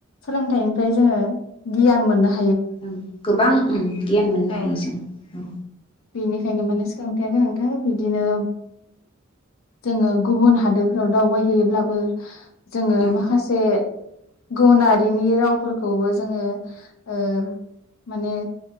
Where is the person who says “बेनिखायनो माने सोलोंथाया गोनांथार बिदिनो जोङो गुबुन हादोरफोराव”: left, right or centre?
Left